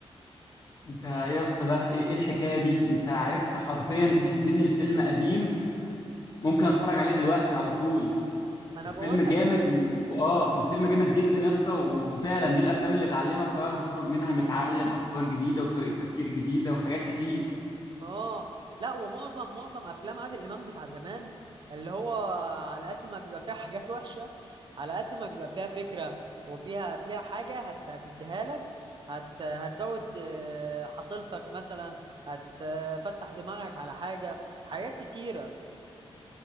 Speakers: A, on the left; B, on the right.
A: انت ايه يا اسطى ده ايه إيه الحكايه دي انت عرفت حرفيا تشدني الفيلم قديم ممكن اتفرج عليه دلوقتي على طول
B: ما انا
A: الفيلم
B: بقول
A: جامد
B: لك يا عم
A: و- واه الفيلم جامد جدا يا اسطى و- وفعلا دي الافلام اللي تعلمك بقى وتخرج منها متعلم افكار جديده وطريقه تفكير جديده وحاجات كتير
B: اه لا ومعظم معظم افلام عادل امام بتاع زمان اللي هو على قد ما بيبقى فيها حاجات وحشه على قد ما بيبقى فيها فكره وفيها فيها حاجه هت هتديها لك هت هتزود آه، حصيلتك مثلا هتفتح دماغك على حاجه حاجات كتيره